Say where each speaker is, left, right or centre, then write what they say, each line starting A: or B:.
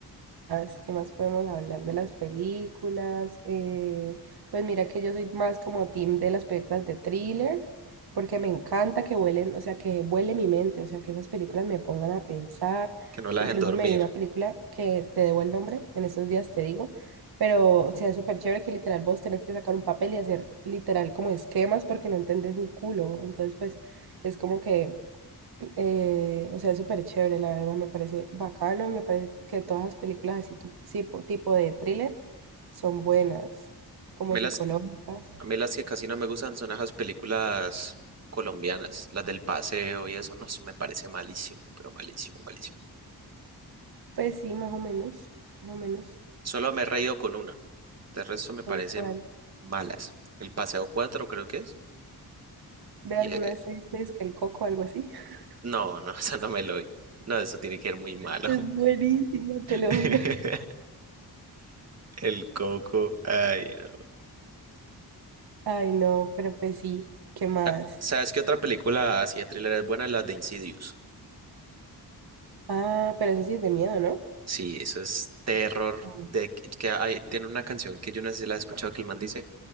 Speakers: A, on the right; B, on the right.
A: más? ¿Qué más podemos hablar de las películas? Eh, pues mira que yo soy más como team de las películas de thriller, porque me encanta que vuelen, o sea, que vuele mi mente, o sea, que esas películas me pongan a pensar.
B: Que no la
A: Incluso
B: dejen dormir.
A: me vi una película que te debo el nombre, en estos días te digo, pero o sea, es súper chévere que literal vos tenés que sacar un papel y hacer literal como esquemas porque no entendés un culo. Entonces, pues es como que eh, o sea, es súper chévere, la verdad, me parece bacano y me parece que todas las películas así tu- sí, po- tipo de thriller son buenas, como
B: A mí
A: psicológicas.
B: las, a mí las que casi no me gustan son esas películas colombianas, las del paseo y eso, no, eso me parece malísimo, pero malísimo, malísimo.
A: Pues sí, más o menos, más o menos.
B: Solo me he reído con una. De resto me parecen
A: ¿Con cuál?
B: malas. El paseo 4, creo que es.
A: ¿Ve
B: Y,
A: alguna
B: eh,
A: de seis veces que el coco o algo así? <laughs>
B: no, no, <laughs> eso no me lo vi. No, eso tiene que ser muy malo.
A: Es buenísimo, te lo
B: <laughs>
A: juro. <laughs>
B: El coco. Ay, no.
A: Ay, no, pero pues sí, ¿qué más?
B: Ah, ¿Sabes qué otra película así de thriller es buena? La de Insidious.
A: Ah, pero eso sí es de miedo, ¿no?
B: Sí, eso es terror.
A: Ay,
B: De que que hay, tiene una canción que yo no sé si la he escuchado que el man dice.